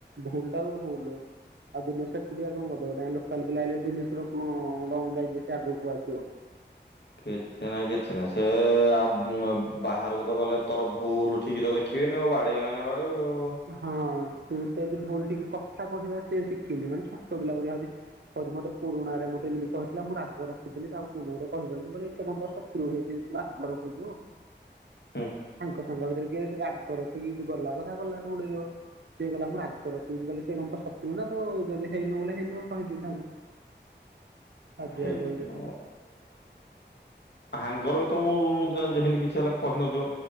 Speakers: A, on the right; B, on the left.
A: ଭୁଲ ଟା ଭୁଲ। ଆଉ ଦିନେଶ ସେ ଏକୁଟିଆ କଣ କରିଦବ। ତାଙ୍କ ଲୋକାଲ ପିଲା ଆଇଲେ ଦିନେଶର କଣ ଯାଇଛି ସେ ଆଗକୁ ଆସିବ
B: କିଛି ନାହିଁ କିଛି ନାହିଁ। ସେ ଆଉ ମୁଁ ଏ ବାହାରକୁ ତ ଗଲେ ତୋର ଭୁଲ ଠିକ ତ ଦେଖିବେନି ଆଉ ବାଡେଇବେ ମାନେ ବାଡେଇବେ ଆଉ।
A: ହଁ, ତୁ ତ ଯଦି ଭୁଲ ଠିକ କଥା କହିବା ସିଏ ଶିଖିନି ମାନେ ଛୋଟ ପିଲା ପରିକା ହୋଉଛି କହୁଚି ମତେ ପୁରୁଣାରେ ମତେ ଏମିତି କହିଥିଲା ମୁଁ ରାଗ ରଖିଥିଲି ତାକୁ କୋଉଦିନ ଗୋଟେ କହିବିବୋଲି। ମୁଁ କହିଲି ସେ କଣ ତୋ ସତ୍ ତ୍ରୁ ହେଇଚି ଯେ ତୁ ରାଗ ରଖୁଛୁ?
B: <inaudible> ହୁଁ
A: ସାଙ୍ଗ ସାଙ୍ଗ ଭିତରେ କିଏ ସେ ରାଗ ରଖେ କି। ଗଲା କଥା ଗଲା ତ ଉଡେଇବ। ସିଏ କହିଲା ମୁଁ ରାଗ ରଖିକି, ମୁଁ କହିଲି ସେ କଣ ତୋ ଶତ୍ରୁ ନା ତୁ ଯଦି ହେଇନୁ ବଲେ ହେଇନୁ କହିଦେଇଥାନ୍ତୁ
B: <inaudible>
A: ଆଜ୍ଞା
B: ହେଇଦିନ
A: କହିକି ଥିଲା।
B: ହାଙ୍ଗର ତ ମୁଁ, ମୁଁ ତ ଜାଣିଚି ହେମିତି କିଛି ହେଲା କହିନଥିଅ।